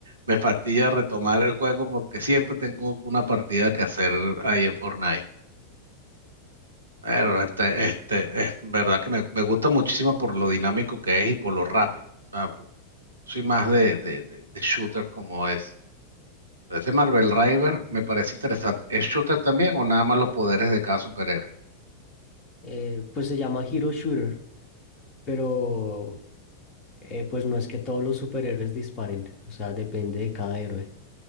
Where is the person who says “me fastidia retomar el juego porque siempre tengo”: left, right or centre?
Right